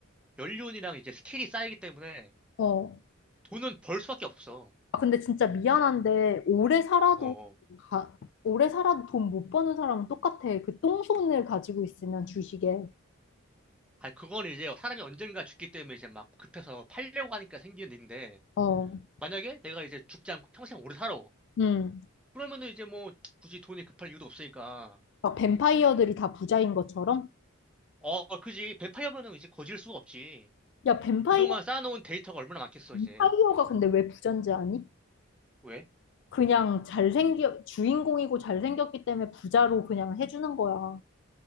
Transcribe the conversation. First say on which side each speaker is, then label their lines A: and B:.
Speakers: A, in the centre; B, on the left.
A: 연륜이랑 이제 스킬이 쌓이기 때문에
B: 어.
A: 돈은 벌 수밖에 없어.
B: 아, 근데 진짜 미안한데, 오래 살아도,
A: 어. 어.
B: 가, 오래 살아도 돈 못 버는 사람은 똑같아. 그 똥손을 가지고 있으면 주식에.
A: 아, 그건 이제 사람이 언젠가 죽기 때문에 이제 막 급해서 팔려고 하니까 생기는 일인데
B: 어,
A: 만약에 내가 이제 죽지 않고 평생 오래 살아.
B: 음.
A: 그러면은 이제 뭐 굳이 돈이 급할 이유도 없으니까.
B: 막 뱀파이어들이 다 부자인 것처럼?
A: 어, 그지. 뱀파이어면은 이제 거질 수가 없지.
B: 야, 뱀파이어,
A: 그동안 쌓아놓은 데이터가 얼마나 많겠어, 이제.
B: 뱀파이어가 근데 왜 부자인지 아니?
A: 왜?
B: 그냥 잘생겨, 주인공이고 잘생겼기 때문에 부자로 그냥 해주는 거야.